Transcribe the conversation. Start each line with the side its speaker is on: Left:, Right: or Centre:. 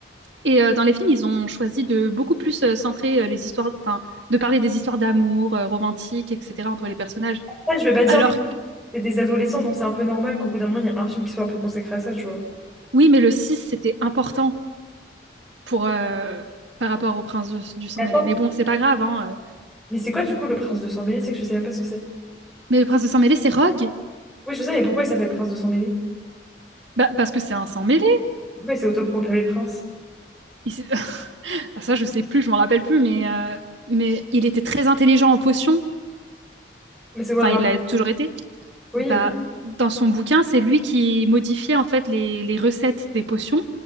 Right: Et euh, dans les films, ils ont choisi de beaucoup plus euh, centrer euh, les histoires, enfin, de parler des histoires d'amour, euh, romantiques, etc., entre les personnages.
Centre: Ouais, je vais pas dire,
Right: Alors
Centre: mais c'est des adolescents, donc c'est un peu normal qu'au bout d'un moment, il y ait un film qui soit un peu consacré à ça, tu vois.
Right: Oui, mais le 6 c'était important pour, euh, par rapport au prince de- du sang
Centre: Et Attends,
Right: mêlé. Mais bon, c'est pas grave. hein, euh.
Centre: mais c'est quoi, du coup, le prince de Sang-Mêlé? C'est que je sais même pas ce que c'est.
Right: Mais le prince du sang mêlé, c'est Rogue.
Centre: Oui, je sais, mais pourquoi il s'appelle prince de Sang-Mêlé?
Right: Bah, parce que c'est un sang mêlé.
Centre: Pourquoi il s'est autoproclamé prince?
Right: Il s'est- <laughs> Ah, ça, je sais plus, je m'en rappelle plus. Mais, euh, mais il était très intelligent en potions.
Centre: Mais c'est quoi
Right: Enfin,
Centre: le rapport?
Right: il l'a toujours été.
Centre: Oui,
Right: Bah, dans son bouquin, c'est lui qui modifiait en fait les, les recettes des potions